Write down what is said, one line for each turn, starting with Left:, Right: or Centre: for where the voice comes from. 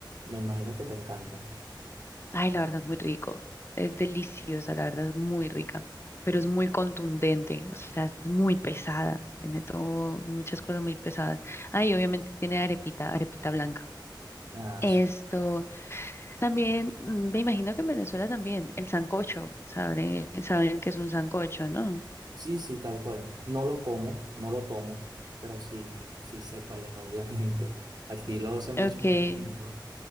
Right: Me imagino que te encanta.
Left: Ay, la verdad es muy rico. Es deliciosa, la verdad es muy rica. Pero es muy contundente, o sea, es muy pesada. Tiene todo, muchas cosas muy pesadas. Ay, obviamente tiene arepita, arepita blanca.
Right: Ah,
Left: Esto
Right: súper.
Left: también, mm, me imagino que en Venezuela también, el sancocho, saben, saben que es un sancocho, ¿no?
Right: sí, sí, tal cual. No lo como, no lo tomo, pero sí, sí sé cuál es, <laughs> obviamente. Aquí lo hace mucho
Left: Ok.
Right: los domingos,